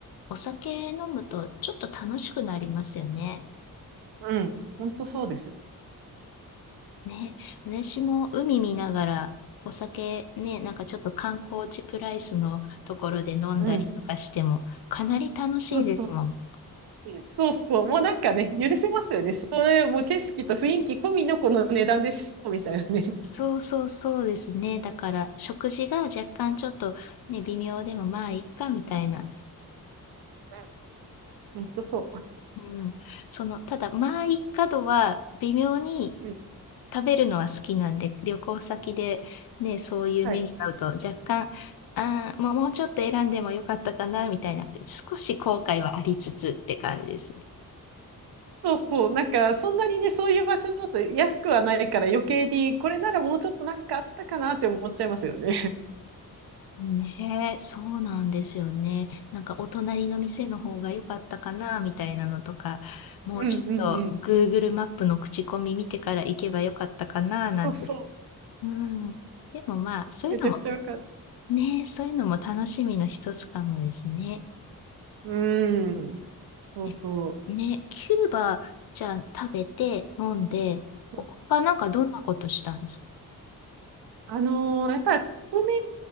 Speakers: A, on the left; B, on the right.
A: お酒飲むとちょっと楽しくなりますよね。
B: うん。ほんとそうです。
A: ね。私も海見ながらお酒ね、なんかちょっと観光地プライスのところで飲んだりとかしてもかなり楽しいですもん。
B: うん。そうそう。うんそうそう。もうなんかね、許せますよね。それ、もう景色と雰囲気込みのこの値段でしょ、みたいなね。
A: そうそうそうですね。だから食事が若干ちょっとね、微妙でもまあいっかみたいな。
B: うん。ほんとそ
A: うん。その、ただまあいっか度は微妙に
B: う。うん。
A: 食べるのは好きなんで、旅行先でね、そういう目に遭うと若干、
B: はい。
A: ああ、もう、もうちょっと選んでもよかったかな、みたいなって、少し後悔はありつつって感じですね。
B: そうそう。なんか、そんなにね、そういう場所だと安くはないから余計に、これならもうちょっとなんかあったかなって思っちゃいますよね。
A: ねえ、そうなんですよね。なんかお隣の店の方が良かったかなみたいなのとか、
B: <laughs>
A: もうちょっと
B: うんうんうん。
A: Google マップの口コミ見てから行けば良かったかななんて。
B: そうそう。
A: うん。でもまあ、そういうのも
B: めちゃくちゃわかる。
A: ねえ、そういうのも楽しみの一つかもですね。
B: うーん。そうそ
A: えね、キューバじゃん食べて飲んで、
B: う。
A: ほ他なんかどんなことしたんですか
B: うんあのーやっぱり革命、